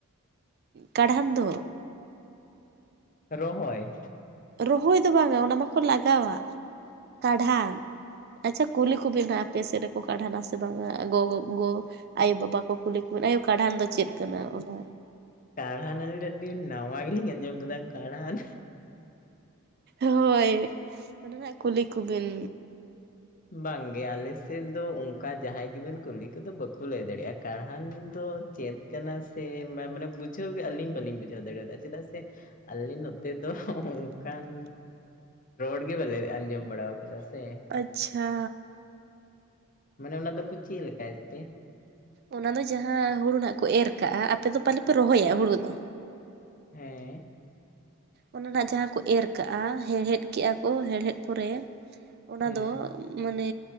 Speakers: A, on the right; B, on the left.
A: ᱠᱟᱬᱦᱟᱱ ᱫᱚ
B: ᱨᱚᱦᱚᱭ
A: ᱨᱚᱦᱚᱭ ᱫᱚ ᱵᱟᱝᱟ ᱚᱱᱟ ᱢᱟᱠᱚ ᱞᱟᱜᱟᱣᱟ ᱠᱟᱬᱦᱟᱱ ᱟᱪᱪᱷᱟ ᱠᱩᱞᱤ ᱠᱚᱵᱤᱱ ᱦᱟᱜ ᱟᱯᱮ ᱥᱮᱫ ᱨᱮᱠᱚ ᱠᱟᱬᱦᱟᱱᱟ ᱥᱮ ᱵᱟᱝᱟ ᱜᱚᱜᱚ ᱟᱭᱳ-ᱵᱟᱵᱟ ᱠᱚ ᱠᱩᱞᱤ ᱠᱚ ᱢᱮ ᱟᱭᱳ ᱠᱟᱬᱦᱟᱱ ᱫᱚ ᱪᱮᱫ ᱠᱟᱱᱟ ᱚᱱᱟ
B: ᱠᱟᱲᱦᱟ ᱨᱟᱨᱤ ᱨᱮ ᱱᱟᱣᱟ ᱜᱤᱞᱤᱧ ᱟᱡᱚᱢ ᱜᱚᱫᱟ ᱠᱟᱲᱦᱟᱱ
A: ᱦᱳᱭ ᱚᱱᱟ ᱦᱟᱜ ᱠᱩᱞᱤ ᱠᱚᱵᱤᱱ
B: ᱵᱟᱝ ᱜᱮ ᱟᱞᱮ ᱥᱮᱫ ᱫᱚ ᱚᱱᱠᱟ ᱡᱟᱦᱟᱸᱭ ᱜᱮᱵᱮᱱ ᱠᱩᱞᱤ ᱠᱚᱫᱚ ᱵᱟᱠᱚ ᱞᱟᱹᱭ ᱫᱟᱲᱮᱭᱟᱜᱼᱟ ᱠᱟᱬᱦᱟᱱ ᱫᱚ ᱪᱮᱫ ᱠᱟᱱᱟ ᱥᱮ <unintelligible> ᱵᱩᱡᱷᱟᱹᱣ ᱜᱮ ᱟᱹᱞᱤᱧ ᱵᱟᱹᱞᱤᱧ ᱵᱩᱡᱷᱟᱹᱣ ᱫᱟᱲᱮᱭᱟᱫ-ᱟ ᱪᱮᱫᱟᱜ ᱥᱮ ᱟᱞᱮ ᱱᱚᱛᱮ ᱫᱚ ᱚᱱᱠᱟᱱ ᱨᱚᱲ ᱜᱮ ᱵᱟᱞᱮ ᱟᱸᱡᱚᱢ ᱵᱟᱲᱟ ᱠᱟᱫᱟ ᱥᱮ
A: ᱟᱪᱪᱷᱟ
B: ᱢᱟᱱᱮ ᱚᱱᱟ ᱫᱚᱠᱚ ᱪᱮᱫ ᱞᱮᱠᱟᱭ ᱮᱫ ᱛᱮ
A: ᱚᱱᱟ ᱫᱚ ᱡᱟᱦᱟᱸ ᱦᱩᱲᱩ ᱱᱟᱸᱜ ᱠᱚ ᱮᱨ ᱠᱟᱜᱼᱟ ᱟᱯᱮ ᱫᱚ ᱯᱟᱞᱮ ᱯᱮ ᱨᱚᱦᱚᱭ-ᱟ ᱦᱩᱲᱩ ᱫᱚ
B: ᱦᱮᱸ
A: ᱚᱱᱟ ᱱᱟ ᱡᱟᱦᱟᱸ ᱠᱚ ᱮᱨ ᱠᱟᱜᱼᱟ ᱦᱮᱲᱦᱮᱫ ᱠᱮᱜᱼᱟ ᱠᱚ ᱦᱮᱲᱦᱮᱫ ᱯᱚᱨᱮ ᱚᱱᱟ
B: ᱦᱮᱸ
A: ᱫᱚ ᱢᱟᱱᱮ